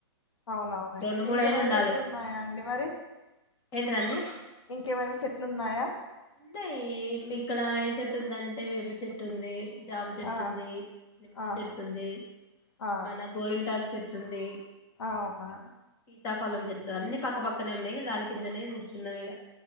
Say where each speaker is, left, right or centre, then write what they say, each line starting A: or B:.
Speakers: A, on the left (about 85°); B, on the left (about 25°).
A: అవునవునండి
B: రెండు
A: ఇంకేమైనా
B: మూడు అయినా ఉండాలి
A: చెట్లు ఉన్నాయా అండి మరి
B: ఏంటిదండి
A: ఇంకేమైనా చెట్లు ఉన్నాయా
B: ఉండాయి ఇక్కడ ఏం చెట్టు ఉందంటే వేప చెట్టు ఉంది జామ చెట్టు
A: ఆ
B: ఉంది నిమ్మ
A: ఆహా
B: చెట్టు ఉంది
A: ఆ
B: మన గోరింటా చెట్టుంది
A: అవునా
B: సీతాఫలం చెట్లు అన్ని పక్క పక్కనే ఉన్నాయి దా కిందనే కూర్చున్నాం ఇగ